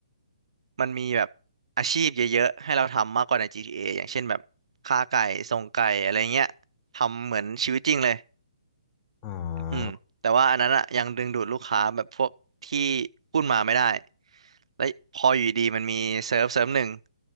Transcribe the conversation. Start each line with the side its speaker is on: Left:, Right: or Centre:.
Right: มันมีแบบอาชีพเยอะๆให้เราทำมากกว่าใน GTA ออย่างเช่นแบบค้าไก่ส่งไก่อะไรเงี้ยทำเหมือนชีวิตจริงเลย
Left: อ่า
Right: อืมแต่ว่าอันนั้นอะยังดึงดูดลูกค้าแบบพวกที่พูดมาไม่ได้แล้วพออยู่ดีมันมีเซิร์ฟเซิร์ฟหนึ่ง